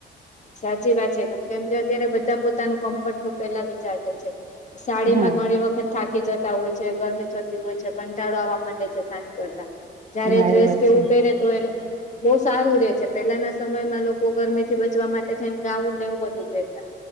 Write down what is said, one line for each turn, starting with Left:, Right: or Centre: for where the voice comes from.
Left: સાચી વાત છે કેમ કેમ કે અત્યારે બધા પોતાનું કમ્ફર્ટ નું પેલા વિચાર જાય છે સાડી
Right: હા
Left: માં ઘણી વખત થાકી જતા હોય છે ગરમી થતી હોય છે કંટાળો આવવા માંડે છે સાંજ કરતા જયારે
Right: હા
Left: ડ્રેસ
Right: એ વાત
Left: કેવું
Right: છે.
Left: પહેરે તો એ બહુ સારું રે છે પેલાના સમયમાં લોકો ગરમી થી બધ ચ માટે થઈને ગાવુંને એવું બધું પહેતા